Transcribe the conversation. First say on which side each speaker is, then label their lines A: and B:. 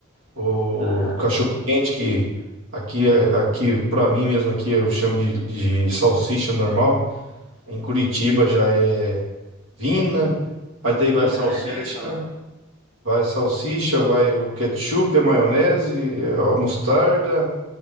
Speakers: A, on the right; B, on the right.
A: O
B: Aham.
A: cachorro quente que aqui, é- aqui para mim mesmo, aqui eu chamo de, de salsicha normal. Em Curitiba já é vina. Aí daí
B: Vina,
A: vai a salsicha,
B: né? Já ouvi falar.
A: né? vai a salsicha, vai o ketchup, a maionese, a mostarda,